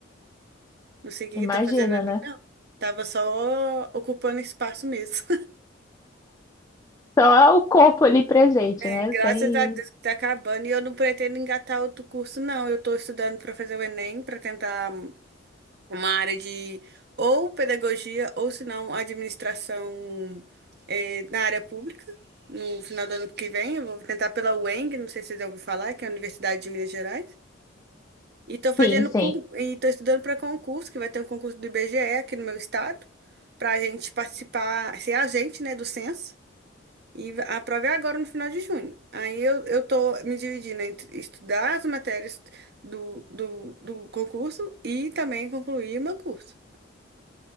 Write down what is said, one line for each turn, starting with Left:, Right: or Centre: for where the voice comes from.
Right: Não sei o que
Left: imagina,
Right: que tá fazendo ali,
Left: né?
Right: não. Tava só ocupando espaço mesmo.
Left: Só o corpo ali presente,
Right: <laughs>
Left: né?
Right: graças
Left: Sem.
Right: a Deus que tá acabando. E eu não pretendo engatar outro curso, não. Eu tô estudando pra fazer o Enem, pra tentar uma área de ou pedagogia ou se não administração eh, na área pública. No final do ano que vem, eu vou tentar pela UENG, não sei se vocês já ouviram falar, que é a Universidade de Minas Gerais. E estou fazendo
Left: Sim, sim.
Right: con- e estou estudando para concurso, que vai ter um concurso do IBGE aqui no meu estado, para a gente participar, ser agente, né, do censo. E a prova é agora no final de junho. Aí eu, eu tô me dividindo entre estudar as matérias do, do, do concurso e também concluir o meu curso.